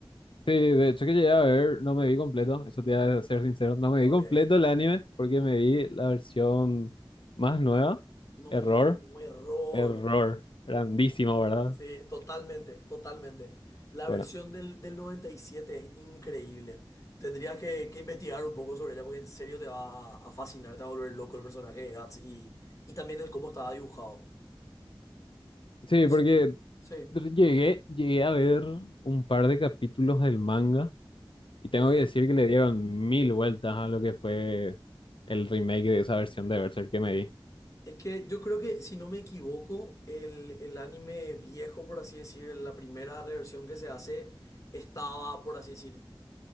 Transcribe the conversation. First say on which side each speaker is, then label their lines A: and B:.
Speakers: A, on the left (about 70°); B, on the left (about 35°).
A: Sí, de hecho que llegué a ver, no me vi completo, eso te voy a ser sincero, no me
B: Ok.
A: vi completo el anime porque me vi la versión más nueva.
B: No,
A: Error,
B: un error.
A: error, grandísimo, ¿verdad?
B: Sí, totalmente, totalmente. La
A: Bueno,
B: versión del, del 97 es increíble. Tendrías que, que investigar un poco sobre ella porque en serio te va a, a fascinar, te va a volver loco el personaje de Guts y, y también el cómo estaba dibujado.
A: sí,
B: No sé-
A: porque
B: Sí,
A: llegué, llegué a ver un par de capítulos del manga y tengo
B: ok.
A: que decir que le dieron mil vueltas a lo que fue el remake de esa versión de Berserk que me vi.
B: Es que yo creo que, si no me equivoco, el, el anime viejo, por así decir, la primera reversión que se hace, estaba, por así decir,